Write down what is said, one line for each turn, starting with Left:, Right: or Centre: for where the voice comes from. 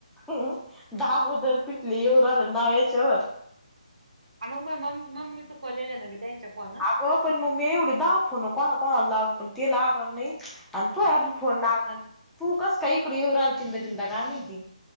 Centre: ह् दहा बुधर पिटली येऊ आलं नाव याच्यावर <unintelligible>
Right: आणि मग म्हणलं मम्मी चूकवलेल ना मी त्यांच्या फोन
Centre: अगं पण मी एवढे दहा फोन कोणा कोणाला लावली पण ते लागणार नाही. आणि तू अ फोन लागला तू कसं काय इकडे येऊ राहिल तिनदा तिनदा काय माहिती